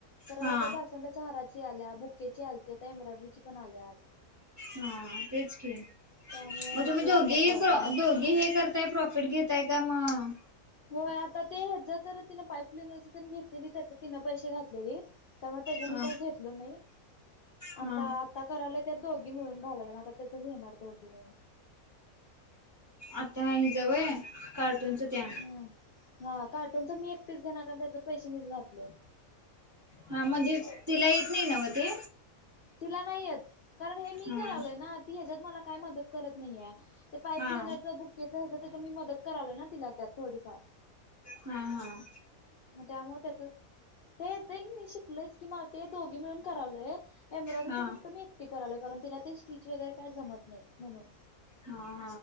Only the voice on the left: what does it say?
परत
आता जा असून त्या हारा. आल्या बुकेचे आलते आ एम्ब्रॉयडरी पण आल्यात.
त्यामुळं
याल्यात
ऑर्डर म्हणून
हो आता ते ह ज तर तिन पाईपलाईन जं घेतलेली त्या तिनं पैसे घातलेली. तेव्हा त्याचा
मी काय घेतलो नाही
आता ता करावला त्यात दोघी मिळून घालय म आता त्याचं घेणार दोघी मिळून.
ह हा कार्टूनच मी एक पीस घेणार कारण त्याचे पैसे मीच घातलय.
तिला नाही येत. कारण हे मी
करालोय ना, ती हेज्यात मला काय मदत करत नाही आय. ते पाईपलईन्याचं,
बुक्केचं होतं तिथं मी मदत करालोय ना तिला त्यात थोडीफार.
म त्यामुळ त्याचे, ते येतय म, शिकलोयच् की मग, ते दोघी मिळून करालोय एम्ब्रॉयडरीचं
फक्त मी एकटी करालोय कारण तिला ते स्टीच वगैरे काय जमत नाहीत म्हणून.